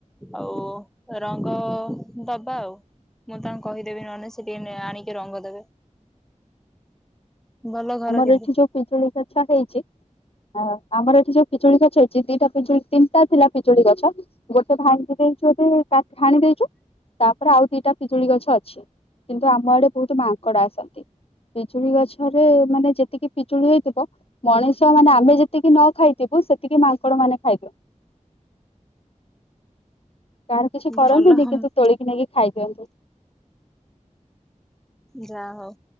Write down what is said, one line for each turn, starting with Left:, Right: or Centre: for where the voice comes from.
Centre: ଆଉ ର ଙ୍ଗ ଦବା ଆଉ। ମୁଁ ତାଙ୍କୁ କହିଦେବି ନହେନେ ସେ ଟିକେ ନେଇ ଆଣିକି ରଙ୍ଗ ଦେବେ। ଭଲ ଘର
Left: ଆମର
Centre: କିନ୍ତୁ
Left: ଏଠି ଯୋଉ ପିଜୁଳି ଗଛ ହେଇଚି ଆ ଆମର ଏଠି ଯୋଉ ପିଜୁଳି ଗଛ ହେଇଚି। ଦିଟା ପିଜୁଳି ତିନ୍ ଟା ଥିଲା ପିଜୁଳି ଗଛ। ଗୋଟେ ଭାଙ୍ଗି ଦେଇଚୁ ଏବେ କାଟ୍ ହାଣି ଦେଇ ତାପରେ ଆଉ ଦିଟା ପିଜୁଳି ଗଛ ଅ ଛି କିନ୍ତୁ ଆମ ଆଡ଼େ ବହୁତ ମାନ୍ ଙ୍କଡ଼ ଆସନ୍ତି ପିଜୁଳି ଗଛ ରେ ମାନେ ଯେତ୍ ତିକି ପିଜୁଳି ହେଇଥିବ ମଣିଷ ମାନେ ଆମେ ଯେତିକି ନ ଖାଇ ଥିବୁ ସେତିକି ମାଙ୍କଡ଼ ମାନେ ଖାଇଦିଅ କାର କିଛି କରନ୍ତିନି
Centre: ଭଲ
Left: କିନ୍ତୁ ତୋଳିକି ନେଇକି ଖାଇଦିଅନ୍ତି।
Centre: ଯା ହଉ